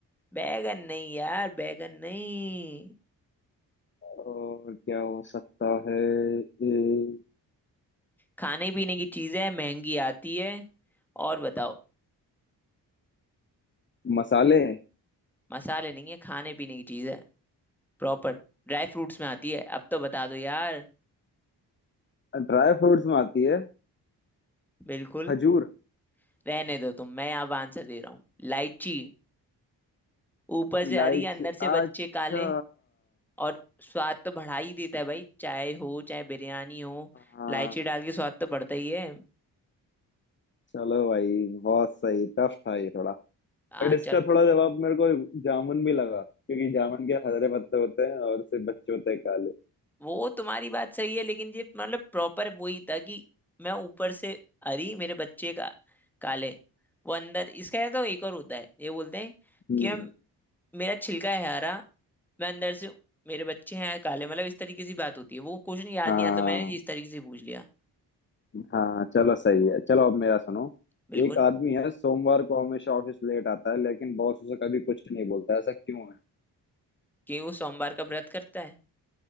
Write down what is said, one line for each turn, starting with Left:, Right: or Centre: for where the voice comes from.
Centre: बैगन नहीं यार बैगन नहीं
Left: और क्या हो सकता है ए,
Centre: खाने पीने की चीज है महंगी आती है और बताओ
Left: मसाले
Centre: मसाले नहीं है खाने पीने की चीज है प्रॉपर ड्राई फ्रूट्स में आती है अब तो बता दो यार
Left: ड्राई फ्रूट्स में आती है
Centre: बिल्कुल
Left: खजूर
Centre: रहने दो तुम मैं यहाँ आंसर दे रहा हूँ लाइची ऊपर से
Left: इलायची
Centre: हरी अंदर से
Left: अच्छा
Centre: बच्चे काले और स्वाद तो बढ़ा ही देता है भाई चाय हो चाहे बिरयानी हो
Left: हाँ
Centre: इलायची डाल के स्वाद तो बढ़ता ही है
Left: चलो भाई बहुत सही टफ था ये थोड़ा
Centre: हाँ
Left: बट
Centre: चलो
Left: इसका थोड़ा जवाब मेरे को जामुन भी लगा क्योंकि जामुन के हरे पत्ते होते हैं और सिर्फ बच्चे होते हैं काले
Centre: वो तुम्हारी बात सही है लेकिन ये मतलब प्रॉपर वही था कि मैं ऊपर से हरी मेरे बच्चे का काले वो अंदर इसका या तो एक और होता है ये बोलते हैं
Left: हम्म
Centre: कि हम मेरा छिलका है हरा मैं अंदर से मेरे बच्चे हैं काले मतलब इस तरीके से बात होती है वो कुछ नहीं याद
Left: हाँ
Centre: नहीं आता मैंने इस तरीके से पूछ लिया
Left: हाँ चलो सही है चलो अब मेरा सुनो
Centre: बिल्कुल
Left: एक आदमी है सोमवार को हमेशा ऑफिस लेट आता है लेकिन बॉस उसे कभी कुछ नहीं बोलता ऐसा क्यों है
Centre: कि वो सोमवार का व्रत करता है